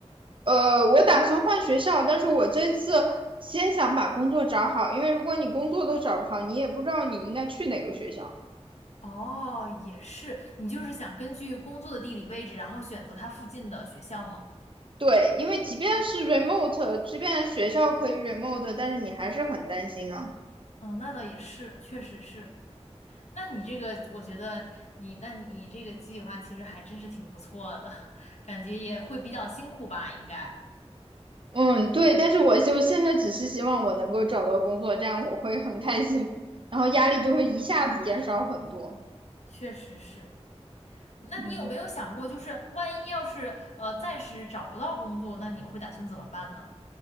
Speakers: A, on the right (about 50°); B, on the left (about 80°).
A: 呃，我打算换学校，但是我这次先想把工作找好，因为如果你工作都找不好，你也不知道你应该去哪个学校。
B: 哦，也是，你就是想根据工作的地理位置，然后选择它附近的学校吗？
A: 对，因为即便是 remote，即便学校可以 remote，但是你还是很担心啊。
B: 哦，那倒也是，确实是。那你这个，我觉得你，那你你这个计划其实还真是挺不错的，<laughs> 感觉也会比较辛苦吧？应该，
A: 嗯，对，但是我就现在只是希望我能够找到工作，这样我会很开心，然后压力就会一下子减少很多。
B: 确实是。那你有没有想过，
A: 嗯，
B: 就是万一要是呃暂时找不到工作，那你会打算怎么办呢？